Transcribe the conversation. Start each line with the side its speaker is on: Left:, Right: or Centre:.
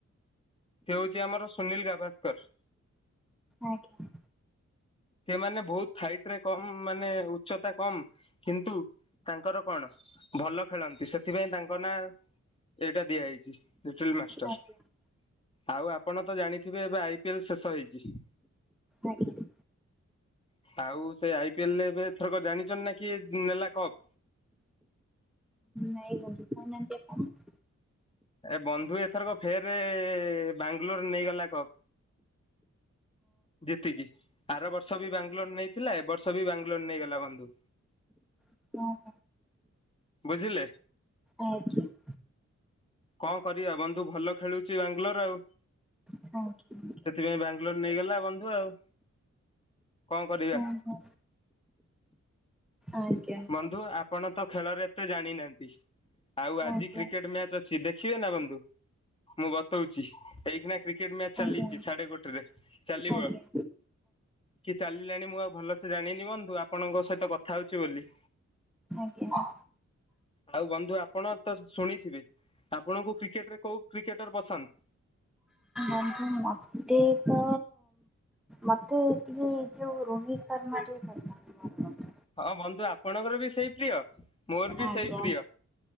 Left: ସେ ହଉଛି ଆମର ସୁନୀଲ ଗାଭାସ୍କର।
Centre: ଆଜ୍ଞା।
Left: ସେ ମାନେ ବହୁତ ହାଇଟ୍ ରେ କମ ମ୍ ମାନେ ଉଚ୍ଚତା କମ କିନ୍ତୁ ତାଙ୍କର କଣ ଭଲ ଖେଳନ୍ତି। ସେଥିପାଇଁ ତାଙ୍କ ନାଁ ଏଇଟା ଦିଆଯାଇଛି ଲିଟେଲ୍ ମାଷ୍ଟର୍।
Centre: ଆଜ୍ଞା
Left: ଆଉ ଆପଣ ତ ଜାଣିଥିବେ ଏବେ ଆଇପିଏଲ୍ ଶେଷ ହେଇଛି।
Centre: ଆଜ୍ଞା
Left: ଆଉ ସେ ଆଇପିଏଲ୍ ରେ ଏବେ ଏଥରକ ଜାଣିଛଛନ୍ତି ନା କି ନେଲା କପ୍?
Centre: ନାଇଁ ବନ୍ଧୁ। କହୁନାହାନ୍ତି ଆପଣ।
Left: ଏ ବନ୍ଧୁ ଏଥରକ ଫେର ବାଙ୍ଗଲୋର୍ ନେଇଗଲା କପ୍। ଜିତିକି। ଆର ବର୍ଷ ବି ବାଙ୍ଗଲୋର୍ ନେଇଥିଲା ଏ ବର୍ଷ ବି ବାଙ୍ଗଲୋର ନେଇଗଲା ବନ୍ଧୁ।
Centre: ଓହୋ
Left: ବୁଝିଲେ?
Centre: ଆଜ୍ଞା।
Left: କଣ କରିବା ବନ୍ଧୁ, ଭଲ ଖେଳୁଚି ବାଙ୍ଗଲୋର୍ ଆଉ।
Centre: ଆଜ୍ଞା।
Left: ସେଥିପାଇଁ ବାଙ୍ଗଲୋର୍ ନେଇଗଲା ବନ୍ଧୁ ଆଉ। କଅଁ କରିିବା?
Centre: ଓହୋ ଆଜ୍ଞା
Left: ବନ୍ଧୁ ଆପଣ ତ ଖେଳରେ ଏତେ ଜାଣିନାହାନ୍ତି ଆଉ ଆଜି
Centre: ଆଜ୍ଞା
Left: କ୍ରିକେଟ ମ୍ୟାଚ୍ ଛି ଦେଖିବେ ନା ବନ୍ଧୁ? ମୁଁ ବତଉଚି ଏଇକିନା କ୍ରିକେଟ ମ୍ୟାଚ୍ ଚାଲିଚି
Centre: ଆଜ୍ଞା
Left: ସାଢେ ଗୋଟେରେ ଚାଲିବ।
Centre: ଆଜ୍ଞା
Left: କି ଚାଲିଲାଣି ମୁଁ ଆଉ ଭଲସେ ଜାଣିନି ବନ୍ଧୁ ଆପଣଙ୍କ ସହିତ କଥା ହଉଚି ବୋଲି।
Centre: ଆଜ୍ଞା।
Left: ଆଉ ବନ୍ଧୁ ଆପଣ ତ ଶୁଣିଥିବେ, ଆପଣଙ୍କୁ କ୍ରିକେଟ୍ ରେ କୋଉ କ୍ରିକେଟର୍ ପସନ୍ଦ୍?
Centre: ଆଜ୍ଞା ମତେ ତ ମତେ ଏ ଟିକେ ଯୋଉ ରୋହିତ ଶର୍ମା ଟିକେ ପସନ୍ଦ।
Left: ହଁ ବନ୍ଧୁ ଆପଣଙ୍କର ବି ସେଇ ପ୍ରିୟ ମୋର ବି
Centre: ଆଜ୍ଞା
Left: ସେଇ ପ୍ରିୟ।